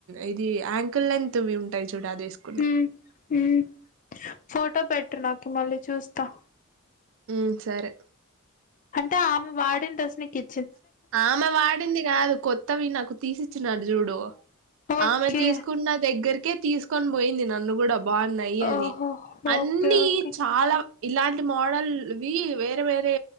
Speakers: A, on the right; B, on the left.
A: ఇది ఆం ఫుల్లెంత్ వి ఉంటాయి. టుడా తీసుకున్నాం
B: ఉమ్ ఉమ్ ఫోటో పెట్టు నాకు కి మల్లి చూస్త
A: ఉ సరే
B: కా ఆమే వాడిన డ్రెస్ నీకు ఇ
A: ఆమె వాడింది గాదు కొత్తవి నాకు తీసిచ్చినడు చూడు
B: ఓకే
A: ఆమె తీసుకున్న దగ్గరికే తీసుకొని పోయింది. నన్ను కూడా బాగున్నాయి అని
B: ఓహో
A: అన్ని
B: ఓకే ఓకే
A: చాలా ఇలాంటి మోడల్వి వేరే వేరే